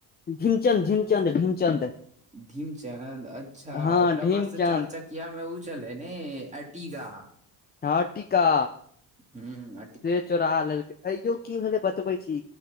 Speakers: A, on the left; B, on the right.
A: ढिमचंद ढिमचंद ढिमचंद
B: धीमचंद अच्छा
A: हँ
B: ओकरा
A: ढिमचंद
B: पास तऽ चार चक कमे ओ चलै ने अटिगा
A: नाटिका
B: हूंम्म
A: से चोरा लेलकै अयो की भेलै बतबै छी